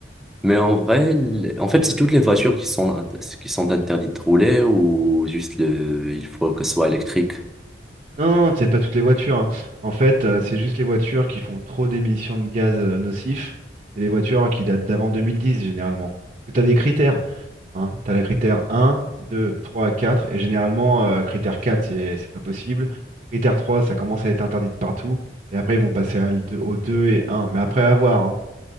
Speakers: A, in the centre; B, on the right.
A: Mais en vrai, l- en fait, c'est toutes les voitures qui sont, int- qui sont interdites de rouler ou juste le, il faut que ce soit électrique.
B: Non, non, c'est pas toutes les voitures. hein. En fait, euh, c'est juste les voitures qui font trop d'émissions de gaz euh, nocifs. C'est les voitures qui datent d'avant 2010, généralement. Parce que tu as des critères. Hein. Tu as le critère 1, 2, 3, 4. Et généralement, euh, critère 4 c'est c'est pas possible. Critère 3 ça commence à être interdit de partout. Et après, ils vont passer à l- au 2 et un Mais après, à voir. hein.